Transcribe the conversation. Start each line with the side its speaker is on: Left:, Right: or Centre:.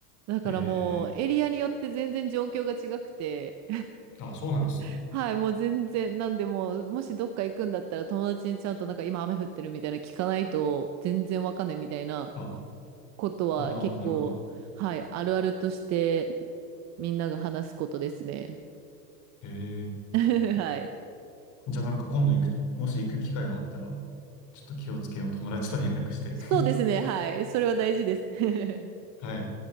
Right: だからもうエリアによって全然状況が違くて、
Left: あ、ええあ、そうなんですね。
Right: <laughs> はい、もう全然、なんでもう、もしどっか行くんだったら友達にちゃんとなんか今雨降ってるみたいな聞かないと全然わかんないみたいな
Left: あ、
Right: ことは結構、
Left: ああ、なるほど。
Right: はい、あるあるとしてみんなが話すことですね。
Left: ええ
Right: <laughs> はい。
Left: じゃあなんか今度行く、もし行く機会があったら、ちょっと気をつけよう。友達と連絡して。
Right: そうですね。
Left: <laughs>
Right: はい。それは大事です。<laughs>
Left: はい。